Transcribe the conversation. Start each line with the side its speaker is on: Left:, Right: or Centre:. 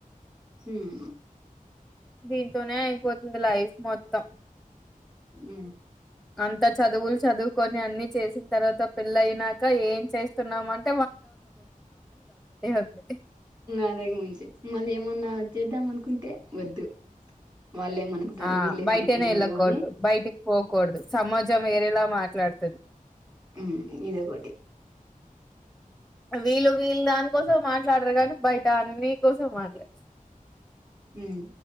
Right: ఉమ్
Centre: దీంతోనే అయిపోతుంది లైఫ్ మొత్తం
Right: ఉ
Centre: అంత చదువులు చదువుకొని అన్ని చేసిన తర్వాత పెళ్ళ అయినాక ఏం చేస్తున్నామంట ఉంది
Right: అంతకు మంచి మళ్ళీ ఏమన్నా చేద్దాం అనుకుంటే వద్దు వాళ్ళు ఏమనుకుంటారు
Centre: ఆ
Right: వీళ్ళు ఏమనుకుంటారు
Centre: బయటనే వెళ్ళకూడదు
Right: అని
Centre: బయటికి పోకూడదు సమాజం వేరేలా మాట్లాడుతది
Right: ఉమ్ ఇదొకటి
Centre: వీళ్ళు వీళ్ళు దానికోసం మాట్లాడరు కానీ బయట అన్ని కోసం మాట్లాడచ్చు
Right: ఉమ్